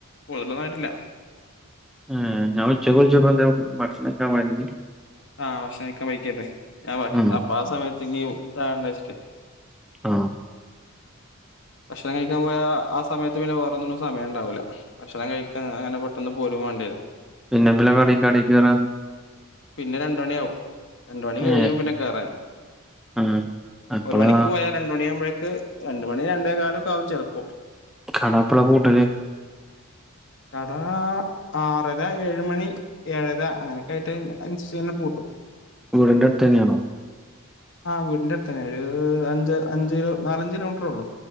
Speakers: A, on the left; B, in the centre.
A: കൂടുതലൊന്നായിട്ടില്ല.
B: ആഹ് ഞാൻ ഉച്ചക്കു വിളിച്ചപ്പെന്തോ ഭക്ഷണം കഴിക്കാൻ വേണ്ടി
A: ആ ഭക്ഷണം കഴിക്കാൻ പോയ്ക്കായിരുന്നേ. ഞ ഭക്ഷ
B: ഉം
A: അപ്പൊ ആ സമയത്ത് ഇനി <unintelligible> വെച്ചിടെ
B: ആ
A: ഭക്ഷണം കഴിക്കാൻ പോയാ ആ സമയത്ത് പിന്നെ വേറ ഒന്നിനും സമയം ഉണ്ടാവില്ല. ഭക്ഷണം കഴിക്കാ അങ്ങനെ പെട്ടന്ന് പോരും വേണ്ടിവരും.
B: പിന്നെ എപ്പലാ കടേകടേ കേറ
A: പിന്നെ രണ്ട് മണിയാകും. രണ്ട മണി കഴിയും
B: ഏ
A: പിന്നെ കേറാന്.
B: ആ എപ്പളാ
A: ഒരു മണിക്ക് പോയാ രണ്ട് മണി ആകുമ്പോഴേ കും രണ്ട് മണി രണ്ടേ കാലക്കെ ആകും ചെലപ്പോ.
B: കട എപ്പോഴാ പുട്ടാലേ.
A: കട ആ ആറര, ഏഴുമണി, ഏഴര അങ്ങനെയൊക്കെ ആയിട്ട് അനുസരിച്ച് ഇങ്ങനെ പൂട്ടും
B: വീടിന്റെ അടുത്ത് തന്നെയാണോ
A: ആഹ് വീടിന്റെ അടുത്തന്നെ ഒരു അഞ്ച് അഞ്ച് കിലോ നാലഞ്ച് കിലോമീറ്ററേ ഉള്ളു